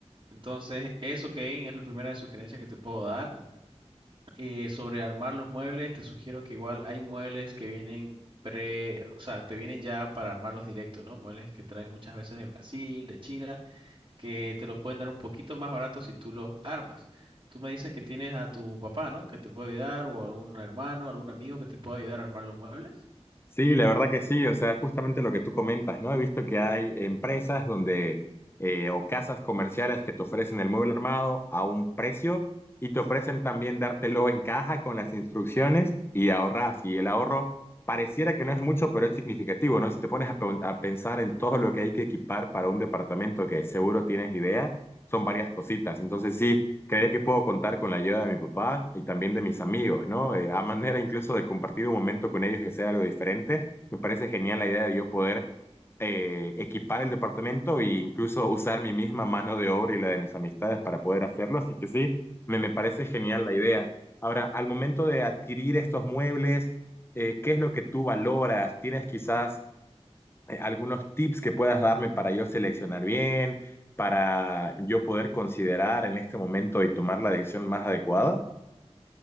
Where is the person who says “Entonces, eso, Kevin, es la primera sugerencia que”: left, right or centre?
Right